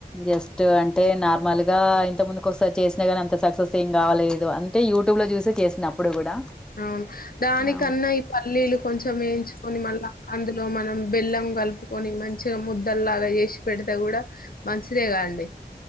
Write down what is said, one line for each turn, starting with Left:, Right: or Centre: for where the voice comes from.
Centre: జస్ట్ అంటే నార్మల్ ఇ ఇంత ముందుకు ఒక సారి చేసినాగాని అంత సక్సెస్ ఏం కావాలలేదు అంటే యూట్యూబ్ లో చూసే చేసిన అప్పుడు కూడా
Left: అవును దానికన్నా
Centre: ఆ
Left: ఈ పల్లీలు కొంచెం వేయించుకొని మళ్ళా అందులో మళ్ళ మనం బెల్లం కలుపుకొని మంచిగా ముద్దలాగా చేసి పెడితే కూడా మంచిదే కాదండి